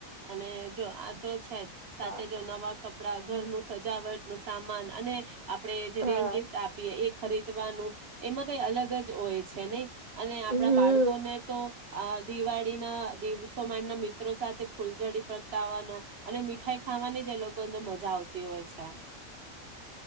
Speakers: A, on the right; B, on the right.
A: અને જો આ તો છે જ. સાથે
B: હા
A: જો નવા કપડા ઘરનું. સજાવટ નું સામાન અને. આપડે જે
B: હા
A: રિટન ગિફ્ટ આપીએ એ ખરીદ. વાનું એમાં કઈ અલગ જ હોય છે નહી. અને આપણા
B: હમ
A: બાળકો. ને તો આ દિવાળી ના. દિવસોમાં એમના મિત્રો સાથે ફૂલઝડી પતાવાનો અને મીઠાઈ ખાવાની જ એ લોકો અંદર મજા આવતી હોય છે.